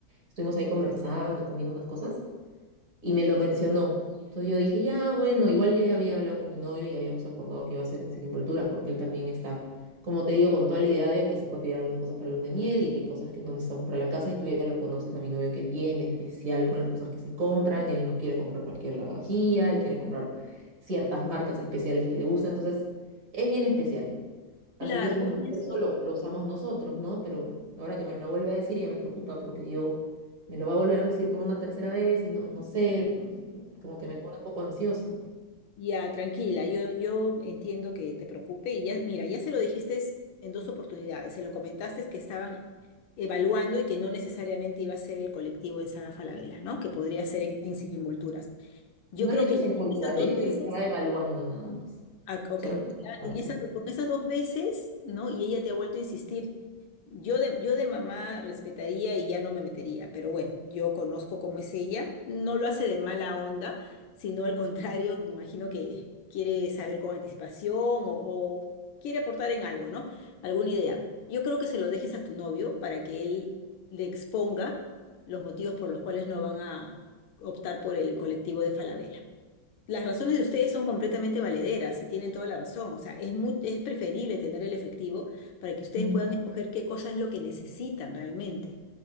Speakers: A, on the right; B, on the left.
A: estuvimos ahí conversando, comiendo unas cosas y me lo mencionó. Entonces yo dije, ya, bueno, igual yo ya había hablado con mi novio y habíamos acordado que iba a ser en sin envolturas porque él también está, como te digo, con toda la idea de que se puede pedir algunas cosas para el luna de miel y que hay cosas que no necesitamos para la casa y tú ya lo conoces a mi novio que es bien especial con las cosas que se compran, él no quiere comprar cualquier lavavajilla, él quiere comprar ciertas marcas especiales que le gustan, entonces es bien especial. Así
B: Claro,
A: que dijimos,
B: yo
A: mejor
B: pienso...
A: eso lo, lo usamos nosotros, ¿no? Pero ahora que me lo vuelve a decir ya me preocupa porque yo me lo va a volver a decir por una tercera vez y no, no sé, como que me pone un poco ansiosa.
B: Ya, tranquila, yo, yo entiendo que te preocupe y ya, mira, ya se lo dijiste en dos oportunidades, se lo comentaste que estaban evaluando y que no necesariamente iba a ser el colectivo en Sala Falabella, ¿no? Que podría ser en, en Sin Envolturas. Yo
A: No
B: creo
A: le he hecho
B: que ya
A: sin
B: con
A: cultura,
B: esas
A: le
B: dos
A: dije
B: veces,
A: que lo estaba evaluando nada más.
B: Ah, ok,
A: Solamente
B: ya
A: lo estaba
B: en
A: evaluando.
B: esas, con esas dos veces, ¿no? Y ella te ha vuelto a insistir. Yo de, yo de mamá respetaría y ya no me metería, pero bueno, yo conozco cómo es ella. No lo hace de mala onda, sino al contrario, imagino que quiere saber con anticipación o, o quiere aportar en algo, ¿no? Alguna idea. Yo creo que se lo dejes a tu novio para que él le exponga los motivos por los cuales no van a optar por el colectivo de Falabella. Las razones de ustedes son completamente valederas y tienen toda la razón. O sea, es mu- es preferible tener el efectivo para que ustedes
A: Ujú,
B: puedan escoger qué cosa es lo que necesitan realmente,